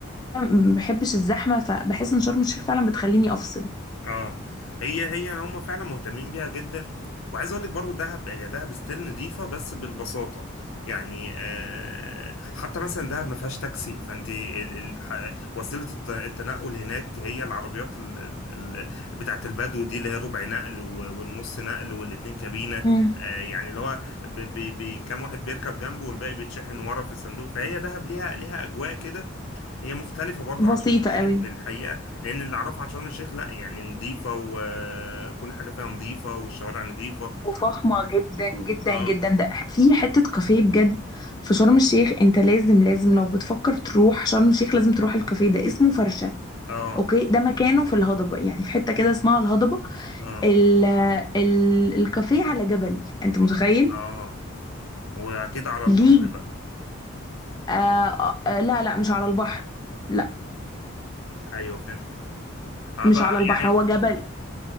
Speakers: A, on the left; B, on the left.
A: ما بحبش الزحمة فبحس ان شرم الشيخ فعلا بتخليني افصل
B: اه هي هي هم فعلا مهتمين بيها جدا وعايز اقول لك برضو دهب هي دهب ستيل نضيفه بس بالبساطه يعني آه حتى مثلا دهب ما فيهاش تاكسي فانت ال- ال- ح- وسيله الت- التنقل هناك هي العربيات ال- ال- ال- بتاعت البدو دي اللي هي ربع نقل و- والنص نقل والاتنين كابينه
A: مم.
B: آه يعني اللي هو ب- ب- ب- كام واحد بيركب جنبه والباقي بيتشحن ورا في الصندوق فهي دهب ليها ليها اجواء كده هي مختلفة برضو
A: بسيطة
B: عن شرم الشيخ
A: قوي
B: للحقيقة لأن اللي أعرفه عن شرم الشيخ لأ يعني نظيفة وكل حاجة فيها نظيفة والشوارع نظيفة
A: وفخمة جدا جدا
B: اه
A: جدا ده في حتة كافيه بجد في شرم الشيخ انت لازم لازم لو بتفكر تروح شرم الشيخ لازم تروح الكافيه ده اسمه فرشة
B: اه
A: اوكي ده مكانه في الهضبة يعني في حتة كده اسمها الهضبة
B: اه
A: ال ال الكافيه على جبل انت متخيل
B: اه وأكيد على البحر
A: ليه
B: بقى
A: آه آه لا لا مش على البحر لا
B: أيوه فهمت هبقى
A: مش على البحر
B: يعني
A: هو جبل